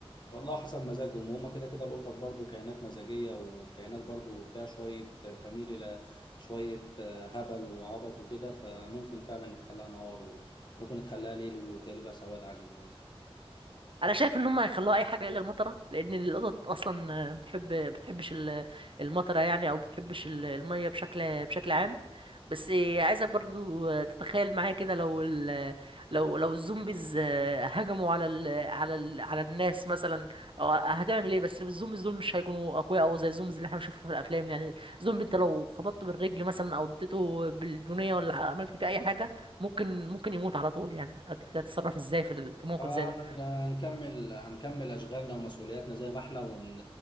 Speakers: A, on the left; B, on the right.
A: والله حسب مزاجهم وهم كده كده القطط برضو كائنات مزاجيه وكائنات برضو فيها شويه تميل الى شويه آه، هبل وعبط وكده فممكن فعلا نتخلاها نهار وممكن نتخلاها ليل والتالي بقى سواد علينا
B: انا شايف ان هم هيخلوها اي حاجه الا المطره لان القطط اصلا بتحب بتحبش ال- المطره يعني او بتحبش ال- الميه بشكل بشكل عام بس عايزك برضو تتخيل معايا كده لو ال... لو لو الزومبيز هجموا على ال... على ال... على الناس مثلا او هتعمل ايه بس الزومبيز دول مش هيكونوا اقوياء او زي الزومبيز اللي احنا بنشوفها في الافلام يعني زومبي انت لو خبطته بالرجل مثلا او اديته بالبنيه ولا عملت فيه اي حاجه ممكن ممكن يموت على طول يعني هت- هتتصرف ازاي في ال- في موقف
A: آه
B: زي ده
A: هن- هنكمل هنكمل اشغالنا ومسؤولياتنا زي ما احنا ون